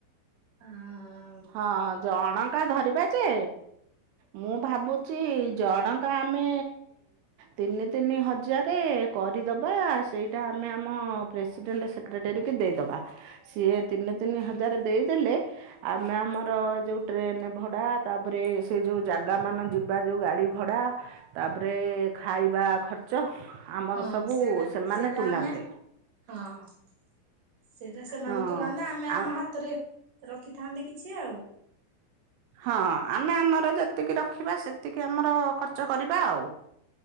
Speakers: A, on the right; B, on the right.
A: ଅଁ,
B: ହଁ ଜଣଙ୍କା ଧରିବା ଯେ ମୁଁ ଭାବୁଚି ଜଣକା ଆମେ ତିନି ତିନି ହଜାରେ କରିଦବା ସେଇଟା ଆମେ ଆମ ପ୍ରେସିଡେଣ୍ଟ ସେକ୍ରେଟେରୀ କି ଦେଇଦବା। ସିଏ ତିନି ତିନି ହଜାର ଦେଇଦେଲେ ଆମେ ଆମର ଯୋଉ ଟ୍ରେନ୍ ଭଡ଼ା ତାପରେ ସେ ଯୋଉ ଜାଗା ମାନ ଯିବା ଯୋଉ ଗାଡ଼ି ଭଡ଼ା ତାପରେ ଖାଇବା ଖର୍ଚ୍ଚ ଆମର
A: ହଁ
B: ସବୁ
A: ସେଇଟା
B: ସେମାନେ
A: ସେଇଟା
B: ତୁଲାନ୍ତେ
A: ଆମେ ହଁ ସେ ସେଇଟା ସେମାନେ
B: ହଁ
A: ତୁଲାନ୍ତେ ଆମେ ଆମ
B: ଆଉ
A: ହାତରେ ରଖିଥାନ୍ତେ କିଛି ଆଉ।
B: ହଁ ଆମେ ଆମର ଯେତିକି ର ରଖିବା ସେତିକି ଆମର ଖର୍ ଚ କରିବା ଆଉ।